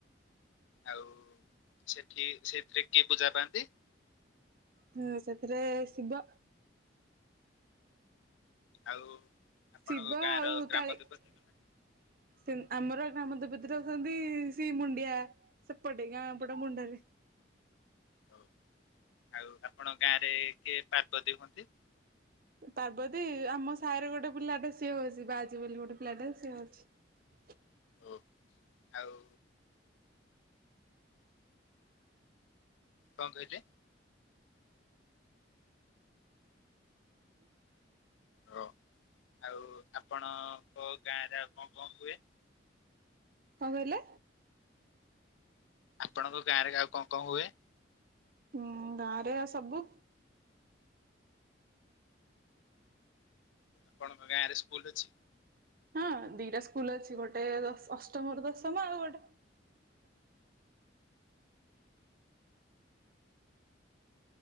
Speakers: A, on the left; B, on the right.
A: ଆଉ ସେଠି ସେଥିରେ କିଏ ପୂଜା ପାଆନ୍ତି?
B: ହୁଁ ସେଥିରେ ଶିବ
A: ଆଉ ଆପଣଙ୍କ
B: ଶିବ
A: ଗାଁର
B: ଆଉ
A: ଗ୍ରାମ
B: କାଳି
A: ଦେବତୀ
B: ଆମର ଗ୍ରାମ ଦେବୀ ଭିତରେ ଅଛନ୍ତି ସେ ମୁଡିଆ ସେପଟେ ଗାଁ ପଟ ମୁଣ୍ଡରେ।
A: ହଉ ଆଉ ଆପଣଙ୍କ ଗାଁ ରେ କିଏ ପାର୍ବତି ହୁଅନ୍ତି।
B: ପାର୍ବତୀ ଆମ ସାହିରେ ଗୋଟେ ପିଲାଟା ସିଏ ହଉଛି ବାଆଜି ବୋଲି ଗୋଟେ ପିଲାଟେ ସିଏ ହଉଛି।
A: ଓ ଆଉ କଣ କହିଲେ ହ ଆଉ ଆପଣଙ୍କ ଗାଁରେ ଆଉ କଣ କଣ ହୁଏ।
B: କଣ କହିଲେ।
A: ଆପଣଙ୍କ ଗାଁରେ ଆଉ କଣ କଣ ହୁଏ।
B: ହୁଁ ଗାଁରେ ଆ ସବୁ
A: ଆପଣଙ୍କ ଗାଁ ରେ ସ୍କୁଲ ଅଛି।
B: ହଁ ଦିଟା ସ୍କୁଲ ଅଛି ଗୋଟେ ଅଷ୍ଟମ ରୁ ଦଶମ ଆଉ ଗୋଟେ